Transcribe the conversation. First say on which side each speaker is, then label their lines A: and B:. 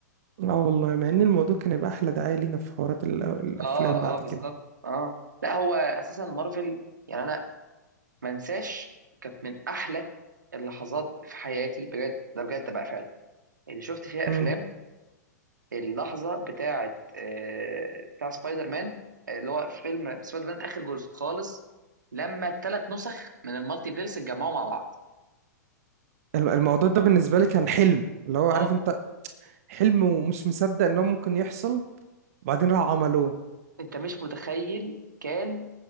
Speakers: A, on the right; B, on the right.
A: اه والله مع ان الموضوع كان يبقى احلى دعاية لينا في حوارات ال- آه، الافلام
B: اه
A: بعد
B: اه بالظبط
A: كده
B: اه لا هو اساسا مارفل يعني انا ما انساش كانت من احلى اللحظات في حياتي بجد ده بجد بقى فعلا اللي شفت فيها
A: امم
B: افلام اللحظة بتاعت آه بتاع سبايدر مان آه، اللي هو في فيلم سبايدر مان اخر جزء خالص لما الثلاث نسخ من المالتي فيرس اتجمعوا مع بعض
A: الم- الموضوع ده بالنسبة لي كان حلم اللي هو
B: اه
A: عارف انت حلم ومش مصدق ان هو ممكن يحصل وبعدين راحوا عملوه
B: انت مش متخيل كان